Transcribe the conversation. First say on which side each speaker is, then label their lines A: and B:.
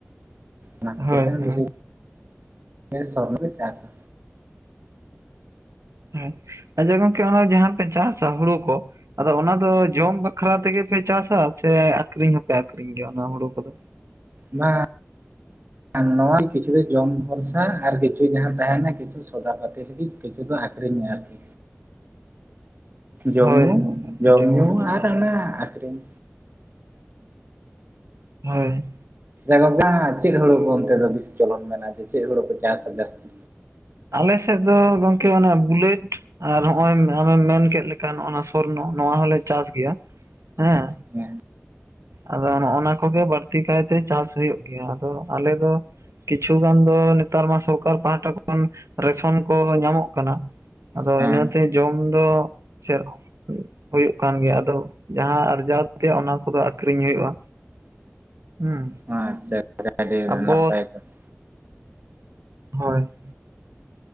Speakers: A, on the right; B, on the right.
A: ᱚᱱᱟ ᱠᱷᱟᱹᱛᱤᱨ
B: ᱦᱳᱭ
A: ᱛᱮ
B: ᱦᱳᱭ
A: ᱵᱮᱥᱤ <unintelligible> ᱥᱚᱨᱱᱚ ᱠᱚ ᱪᱟᱥᱟ
B: ᱦᱮᱸ ᱟᱪᱪᱷᱟ ᱜᱚᱝᱠᱮ ᱚᱱᱟ ᱡᱟᱦᱟ ᱨᱮ ᱯᱮ ᱪᱟᱥᱟ ᱦᱩᱲᱩ ᱠᱚ ᱟᱫᱚ ᱚᱱᱟ ᱫᱚ ᱡᱚᱢ ᱵᱟᱠᱷᱨᱟ ᱛᱮᱜᱮᱯᱮ ᱪᱟᱥᱟ ᱥᱮ ᱟᱠᱷᱨᱤᱧ ᱦᱚᱸᱯᱮ ᱟᱠᱷᱨᱤᱧ ᱜᱮᱭᱟ ᱚᱱᱟ ᱦᱩᱲᱩ ᱠᱚᱫᱚ
A: ᱵᱟᱝ <unintelligible> ᱱᱚᱣᱟ ᱠᱤᱪᱷᱩ ᱫᱚ ᱡᱚᱢ ᱵᱷᱚᱨᱥᱟ ᱟᱨ ᱠᱤᱪᱷᱩ ᱡᱟᱦᱟ ᱛᱟᱦᱮᱱᱟ ᱠᱤᱪᱷᱩ ᱥᱚᱫᱟᱯᱟᱹᱛᱤ ᱞᱟᱹᱜᱤᱫ ᱠᱤᱪᱷᱩ ᱫᱚ ᱟᱠᱷᱨᱤᱧᱟ ᱟᱨᱠᱤ ᱡᱚᱢ
B: ᱦᱳᱭ
A: ᱧᱩ
B: ᱦᱳᱭ
A: ᱡᱚᱢ
B: ᱟᱹᱰᱤ ᱢᱚᱸᱡᱽ
A: ᱧᱩ ᱟᱨ ᱚᱱᱮ ᱟᱠᱠᱷᱨᱤᱧ
B: ᱦᱳᱭ
A: <unintelligible> ᱪᱮᱫ ᱦᱩᱲᱩ ᱠᱚ ᱚᱱᱛᱮ ᱫᱚ ᱵᱤᱥᱤ ᱪᱚᱞᱚᱱ ᱢᱮᱱᱟᱜᱼᱟ ᱡᱮ ᱪᱮᱫ ᱦᱩᱲᱩ ᱠᱚ ᱪᱟᱥᱟ ᱡᱟᱹᱥᱛᱤ
B: ᱟᱞᱮ ᱥᱮᱫ ᱫᱚ ᱜᱚᱢᱠᱮ ᱚᱱᱟ ᱵᱩᱞᱮᱴ ᱟᱨ ᱦᱚᱸᱜᱼᱚᱭ ᱟᱢᱮᱢ ᱢᱮᱱ ᱠᱮᱫ ᱞᱮᱠᱟ ᱱᱚᱜᱼᱚ ᱱᱟ ᱥᱚᱨᱱᱚ ᱱᱚᱣᱟ ᱦᱚᱞᱮ ᱪᱟᱥ ᱜᱮᱭᱟ ᱦᱮᱸ
A: <unintelligible>
B: ᱟᱫᱚ ᱱᱚᱜᱼᱚ ᱱᱟ ᱠᱚᱜᱮ ᱵᱟᱹᱲᱛᱤ ᱠᱟᱭᱛᱮ ᱪᱟᱥ ᱦᱩᱭᱩᱜ ᱜᱮᱭᱟ ᱟᱫᱚ ᱟᱞᱮ ᱫᱚ ᱠᱤᱪᱷᱩ ᱜᱟᱱ ᱫᱚ ᱱᱮᱛᱟᱨ ᱢᱟ ᱥᱚᱨᱠᱟᱨ ᱯᱟᱦᱴᱟ ᱠᱷᱚᱱ ᱨᱮᱥᱚᱱ ᱠᱚ ᱧᱟᱢᱚᱜ ᱠᱟᱱᱟ ᱟᱫᱚ
A: ᱦᱮᱸ
B: ᱤᱱᱟᱹ ᱛᱮ ᱡᱚᱢ ᱫᱚ ᱥᱮᱨᱚᱠᱚᱢ ᱦᱩᱭᱩᱜ ᱠᱟᱱ ᱜᱮᱭᱟ ᱟᱫᱚ ᱡᱟᱦᱟᱸ ᱟᱨᱡᱟᱣ ᱛᱮᱭᱟᱜ ᱚᱱᱟ ᱠᱚ ᱫᱚ ᱟᱠᱷᱨᱤᱧ ᱦᱩᱭᱩᱜᱼᱟ ᱦᱩᱸ
A: ᱪᱷᱟ ᱟᱪᱪᱷᱟ ᱟᱸᱰᱤ
B: ᱟᱵᱚ
A: ᱱᱟᱯᱟᱭ ᱠᱟᱛᱷᱟ
B: ᱦᱳᱭ